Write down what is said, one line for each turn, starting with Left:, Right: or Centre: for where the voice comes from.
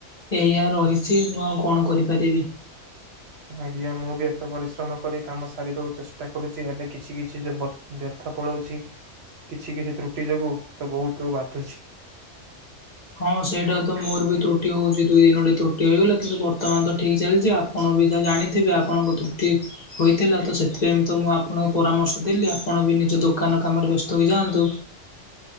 Left: ଏଇଆ ରହିଛି ମୁଁ ଆଉ କଣ କରିପାରିବି।
Right: ଆଜ୍ଞା ମୁଁ ବି ଏତେ ପରିଶ୍ରମ କରି କାମ ସାରିବାକୁ ଚେଷ୍ଟା କରୁଛି ହେଲେ କିଛି କିଛି ଯୋ ବ୍ୟର୍ଥ ପଳାଉଛି କିଛି କିଛି ତ୍ରୁଟି ଯୋଗୁ ତ ବହୁତ ବାଧୁଛି।
Left: ହଁ ସେଇଟା ତ ମୋର ବି ତ୍ରୁଟି ହେଉଛି ଦୁଇ ଦିନଟି ତ୍ରୁଟି ହୋଇଗଲା କିନ୍ତୁ ବର୍ତ୍ତମାନ ତ ଠିକ୍ ଚାଲିଛି ଆପ ଆପଣ ବି ତ ଜାଣିଥିବେ ଆପଣଙ୍କ ତୁ ଠିକ ହୋଇଥିଲା ତ ସେଥିପାଇଁ ତ ମୁଁ ଆପଣଙ୍କୁ ପରାମର୍ଶ ଦେଲି ଆପଣ ବି ନିଜ ଦୋକାନ ଦୋକାନ କାମରେ ବ୍ୟସ୍ତ ହୋଇଯାଆନ୍ତୁ।